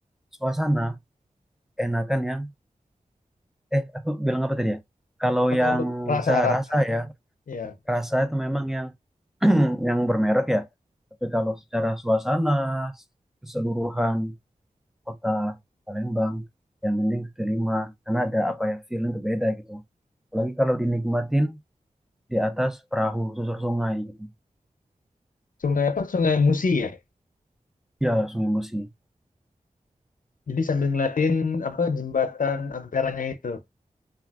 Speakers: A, in the centre; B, on the left.
A: suasana enakan yang eh aku bilang apa tadi ya kalau
B: Kalau
A: yang
B: rasa-rasa,
A: saya rasa ya
B: ya.
A: rasa itu memang yang <clears throat> yang bermerek ya tapi kalau secara suasana keseluruhan kota Palembang yang penting kaki lima karena ada apa ya feeling berbeda gitu apalagi kalau dinikmatin di atas perahu susur sungai gitu
B: Sungai apa? Sungai Musi ya.
A: ya sungai Musi
B: Jadi sambil ngeliatin apa jembatan Amperanya itu.